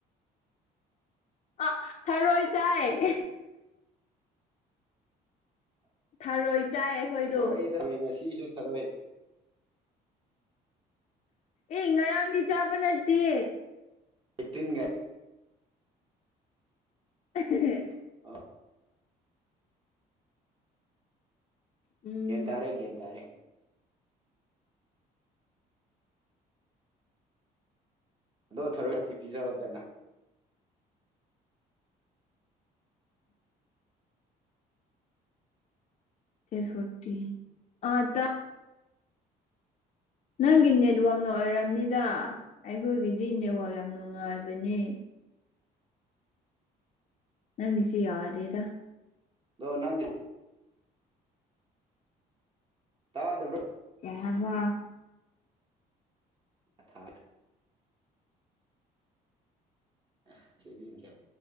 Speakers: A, on the left (about 45°); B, on the right (about 30°).
A: ꯑꯥ ꯊꯔꯣꯏ ꯆꯥꯏ <unintelligible> ꯊꯔꯣꯏ ꯆꯥꯏ ꯑꯩꯈꯣꯏꯗꯣ
B: ꯊꯔꯣꯏ ꯊꯔꯣꯏ ꯉꯁꯤꯁꯨ ꯊꯔꯣꯏ
A: ꯑꯦ ꯉꯔꯥꯡꯗꯤ ꯆꯥꯕ ꯅꯠꯇꯦ
B: ꯑꯦꯇꯤꯟꯒ
A: <unintelligible>
B: <unintelligible>
A: ꯎꯝ
B: ꯒꯌꯥꯟ ꯇꯥꯔꯦ ꯒꯌꯥꯟ ꯇꯥꯔꯦ ꯑꯗꯣ ꯊꯔꯣꯏ ꯕꯥꯎꯇꯤ ꯄꯤꯖꯧꯗꯅ
A: ꯗꯦꯠ ꯐꯣꯔꯇꯤ ꯑꯥ ꯇꯥ ꯅꯪꯒꯤ ꯅꯦꯠꯋꯥꯔꯛ ꯅ ꯑꯣꯏꯔꯝꯅꯤꯗ ꯑꯩꯈꯣꯏꯒꯤꯗꯤ ꯅꯦꯠꯋꯥꯔꯛ ꯌꯥꯝ ꯅꯨꯡꯉꯥꯏꯕꯅꯦ ꯅꯪꯒꯤꯁꯤ ꯌꯥꯗꯦꯗ
B: ꯑꯗꯨꯒ ꯅꯪ ꯇꯥꯗꯕ꯭ꯔꯣ
A: ꯀꯩ ꯍꯥꯕ
B: ꯑꯊꯥꯞ <unintelligible> ꯅꯨꯡꯉꯥꯢ